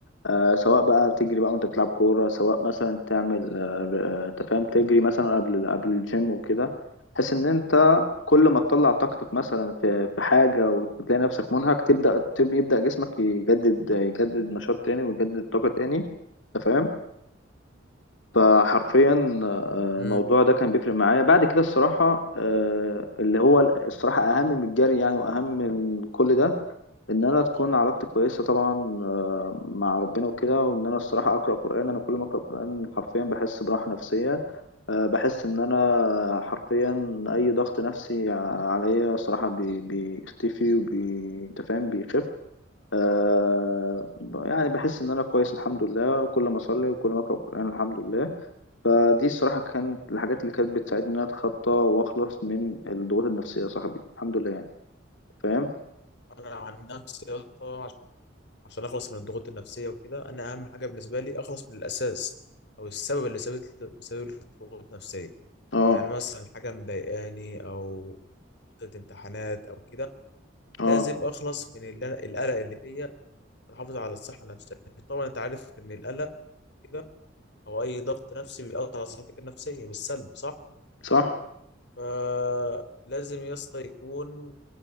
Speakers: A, on the left; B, on the left.
A: آه، سواء بقى بتجري بقى وانت بتلعب كورة سواء مثلا تعمل آه، آه، انت فاهم تجري مثلا قبل قبل الجيم وكده بحيث ان انت كل ما تطلع طاقتك مثلا في في حاجة وتلاقي نفسك منهك تبدأ تب- يبدأ جسمك يجدد يجدد نشاط تاني ويجدد طاقة تاني انت فاهم فحرفيا آه،
B: امم
A: الموضوع ده كان بيفرق معايا بعد كده الصراحة آه، اللي هو الصراحة أهم من الجري يعني وأهم من كل ده إن أنا تكون علاقتي كويسة طبعا آه، مع ربنا وكده وإن أنا الصراحة أقرأ قرآن أنا كل ما أقرأ قرآن حرفيا بحس براحة نفسية آه، بحس إن أنا حرفيا أي ضغط نفسي عليا صراحة بي- بيختفي وبي أنت فاهم بيخف آه، يعني بحس إن أنا كويس الحمد لله كل ما أصلي وكل ما أقرأ قرآن الحمد لله فدي الصراحة كانت الحاجات اللي كانت بتساعدني إن أنا أتخطى وأخلص من الضغوط النفسية يا صاحبي الحمد لله يعني فاهم؟
B: انا عن نفسي يا اسطى عشان عشان اخلص من الضغوط النفسية وكده انا اهم حاجة بالنسبة لي اخلص من الاساس او السبب اللي سبب سبب لي ضغوط نفسية
A: أه
B: يعني مثلا حاجة مضايقاني او ضغط امتحانات او كده
A: أه
B: لازم اخلص من اللي أنا- القلق اللي فيا واحافظ على الصحة النفسية طبعا انت عارف ان القلق كده او اي ضغط نفسي بيأثر على صحتك النفسية بالسلب صح
A: صح
B: فلازم يا اسطى يكون